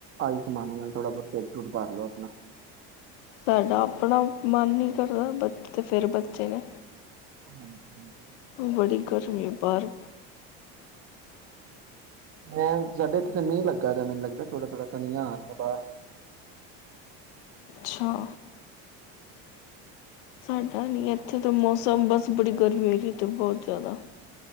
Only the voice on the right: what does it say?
ਆਈ ਸਮਾਨ ਨਾਲ ਥੋੜ੍ਹਾ ਬੋਤ ਢੇਡ ਢੁਡ ਭਰ ਲੋੋ ਆਪਣਾ
ਹਾਂਜੀ, ਹਾਂਜੀ।
ਮੈਂ ਸਾਡੇ ਇੱਥੇ ਤਾਂ ਮੀਂਹ ਲੱਗਾ ਦੈ ਮੈਨੂੰ ਲੱਗਾ ਦਾਏ ਥੋੜਾ, ਥੋੜਾ ਕਣੀਆਂ ਆ ਰਈਆਂ ਬਾਰ